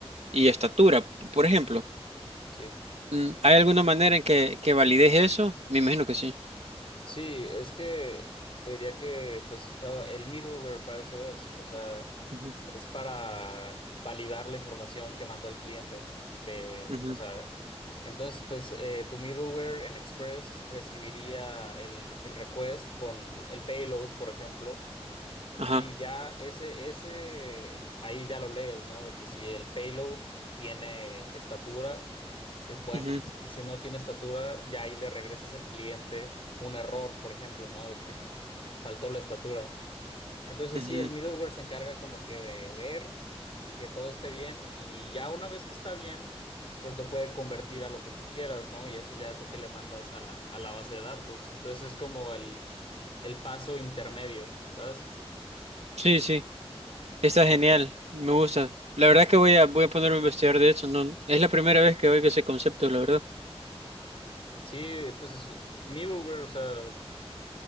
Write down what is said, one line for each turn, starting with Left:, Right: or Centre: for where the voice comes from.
Right: y estatura, p- por ejemplo?
Left: Sí.
Right: Mm, ¿Hay alguna manera en que, que valides eso? Me imagino que sí.
Left: Sí, es que te diría que pues ah, el middleware para eso es, o sea,
Right: Ujú,
Left: es para validar la información que mandó el cliente. De,
Right: ujú,
Left: o sea, entonces pues eh, tu middleware en Express recibiría el, el request con el payload, por ejemplo,
Right: Ajá.
Left: y ya ese, ese, ahí ya lo lees, ¿no? De que si el payload tiene estatura, es bueno.
Right: ujú,
Left: Y si no tiene estatura, ya ahí le regresas al cliente un error, por ejemplo, ¿no? De que faltó la estatura. Entonces
Right: ujú.
Left: sí, el middleware se encarga como que de ver que todo esté bien y ya una vez que está bien, pues lo puede convertir a lo que tú quieras, ¿no? Y eso ya es lo que le mandas a la, a la base de datos. Entonces es como el, el paso intermedio, ¿sabes?
Right: Sí, sí. Está
Left: Entonces,
Right: genial. Me gusta. La verdad que voy a, voy a ponerme a investigar de eso. No, es la primera vez que oigo ese concepto, la verdad.
Left: sí, pues es middleware, o sea,